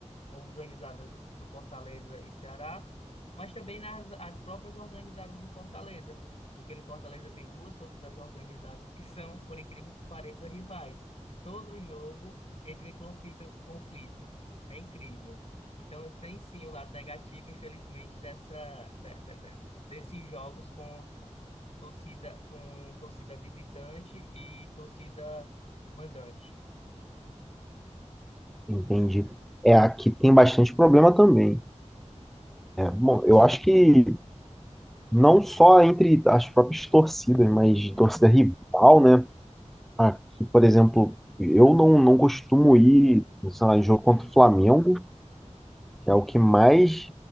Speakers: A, on the left (about 55°); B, in the centre.
A: organizadas do Fortaleza e Ceará, mas também nas as próprias organizadas do Fortaleza, porque no Fortaleza tem duas torcidas organizadas que são, por incrível que pareça, rivais, e todo jogo entra em conflito, conflito. É incrível. Então tem sim o lado negativo, infelizmente, dessa de- de- de- desses jogos com torcida com torcida visitante e torcida mandante.
B: Entendi. É, aqui tem bastante problema também. Bom, eu acho que não só entre as próprias torcidas, mas torcida rival, né? Aqui, por exemplo, eu não, não costumo ir, sei lá, em jogo contra o Flamengo, que é o que mais